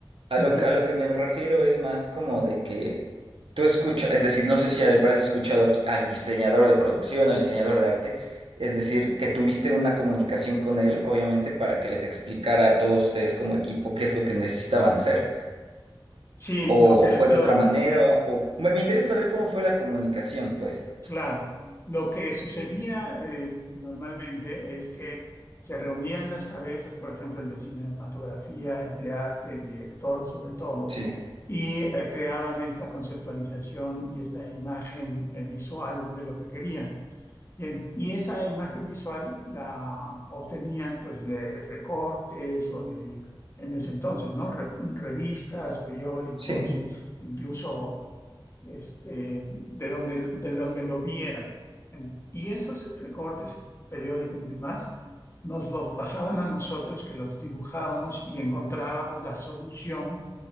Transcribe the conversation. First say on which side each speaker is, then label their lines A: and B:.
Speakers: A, on the right (about 85°); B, on the left (about 30°).
A: A
B: Ujú.
A: lo, a lo que me refiero es más como de que tú escuchas, es decir, no sé si habrás escuchado aquí al diseñador de producción, al diseñador de arte, es decir, que tuviste una comunicación con él, obviamente, para que les explicara a todos ustedes como equipo qué es lo que necesitaban hacer.
B: Sí,
A: O,
B: lo que
A: o fue
B: lo
A: de otra manera, o me, me interesa saber cómo fue la comunicación, pues.
B: claro, lo que sucedía eh, normalmente es que se reunían las cabezas, por ejemplo, el de cinematografía, el de arte, el director, sobre todo,
A: Sí,
B: y eh, creaban esta conceptualización y esta imagen eh, visual de lo que querían. Y, en- y esa imagen visual la obtenían pues de recortes o de en ese entonces, ¿no? Re- revistas, periódicos,
A: sí,
B: incluso este, de donde, de donde lo vieran. En- Y esos recortes periódicos y demás nos los pasaban a nosotros que los dibujábamos y encontrábamos la solución